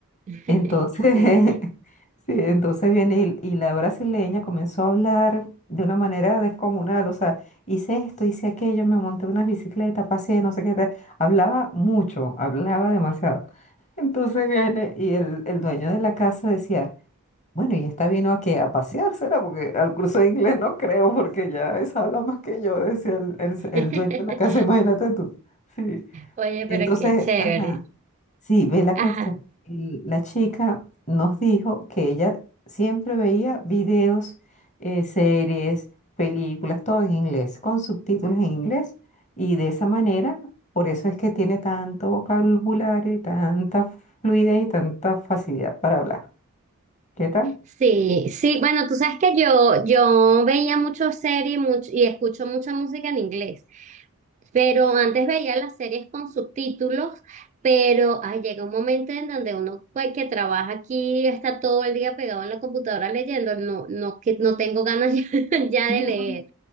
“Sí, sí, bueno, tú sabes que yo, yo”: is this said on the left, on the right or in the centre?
Right